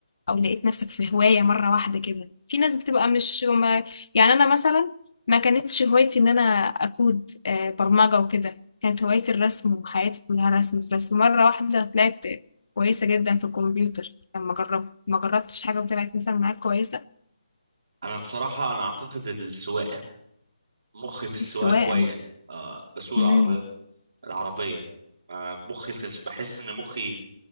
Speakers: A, on the left; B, on the right.
A: او لقيت نفسك في هواية مرة واحدة كده في ناس بتبقى مش ما يعني انا مثلا ما كانتش هوايتي ان انا اكود آه، برمجة وكده كانت هوايتي الرسم وحياتي كلها رسم في رسم مرة واحدة طلعت كويسة جدا في الكمبيوتر لما جربت ما جربتش حاجة وطلعت مثلا معاك كويسة
B: انا بصراحه انا اعتقد السواقه مخي في السواقه
A: السواقة
B: كويس آه بسوق
A: امم
B: العربيه العربيه آه مخي في بحس ان مخي